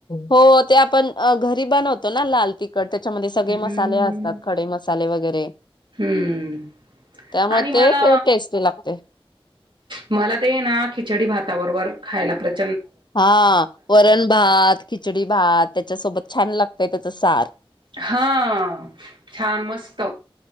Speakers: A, on the left; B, on the right.
A: हो ते आपण अ घरी बनवतो ना लाल तिखट. त्याच्यामध्ये सगळे
B: हम्म
A: मसाले असतात. खडे मसाले वगैरे
B: हम्म
A: त्यामुळे
B: आणि मला
A: ते ते टेस्टी लागते.
B: मला ते हाय ना खिचडी भाता बरोबर खायला परत
A: हा वरण भात खिचडी भात त्याच्या बरोबर छान लागतय. <unintelligible> सार
B: हा छान मस्त!